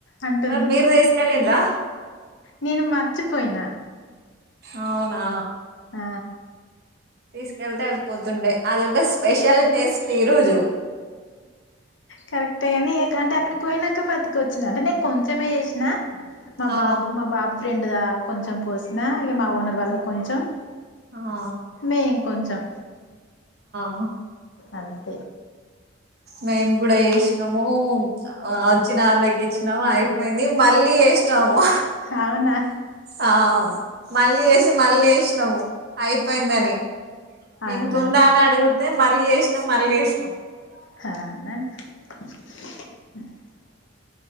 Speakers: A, on the left; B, on the right.
A: అంటుంది
B: మీరు మీరు తీసుకెళ్లిరా
A: నేను మర్చిపోయినా
B: అవునా
A: ఆ
B: తీసుకెళ్తే అయి పోతుండే అది ఒక స్పెషల్ టేస్ట్ ఈ రోజు
A: కరెక్ట్ కానీ ఏ అక్కడికి పోయాన్నాక మతికి వచ్చింది అంటే నేను కొంచెమే చేసిన మా
B: ఆ
A: బాబు మా బాబు ఫ్రెండ్ అ కొంచెం పోసిన ఈగ మామ ఓనర్
B: ఆ
A: వాళ్ళ కొంచం
B: ఆ
A: మేం కొంచెం
B: ఆ
A: అది
B: మేము కూడా చేసి ము వచ్చినళ్ళకి ఇచ్చినాము అయిపోయింది మళ్ళీ చేసి నము
A: అవునా
B: ఆ మళ్లీ ఎసి మళ్ళ ఎసి నమో అయిపోయిందని
A: అవునా
B: ఇంకా ఉందా అని అడుగు తే మళ్ళీ చేసినాం మళ్ళీ చేసినాం
A: అ